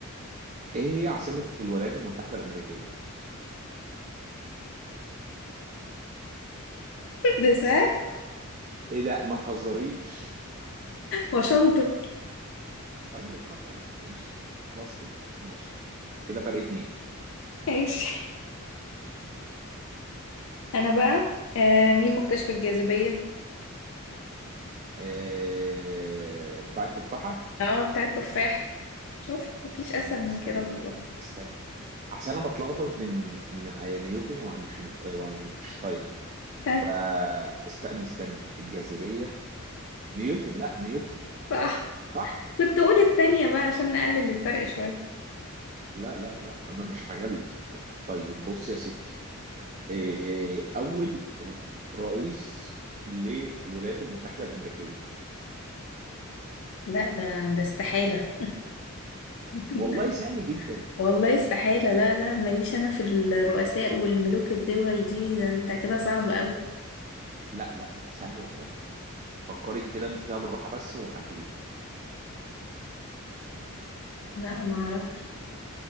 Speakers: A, on the right; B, on the left.
A: ايه هي عاصمة الولايات المتحدة الأمريكية؟
B: ده سهل
A: ايه ده ما تهزريش
B: واشنطن
A: طيب اه طيب ماشي خلاص كده ماشي كده فرق اتنين
B: ماشي انا بقى آه مين مكتشف الجاذبية
A: آه، بتاع التفاحة
B: اه بتاع التفاح شوف مفيش
A: استنى
B: اسهل من
A: استنى
B: كده والله
A: استنى عشان انا بتلخبط بين ن- نيوتن وأينشت- واينشتاين
B: ها
A: فاستني استني الجاذبية نيوتن لا نيوتن
B: صح
A: صح
B: كنت اقول التانية بقى عشان نقلل الفرق شوية
A: لا لا لا انا مش هجلي طيب بص يا ستي آه، اول ر- رئيس للولايات المتحدة الأمريكية
B: لا ده ده استحالة <laughs>
A: والله سهل جدا
B: والله استحالة لا لا ماليش أنا في الرؤساء والملوك الدول دي ده أنت كده صعب أوي
A: لا لا لا سهل والله فكري كده انت فيها بالراحة بس وهتجيبيها
B: لا معرف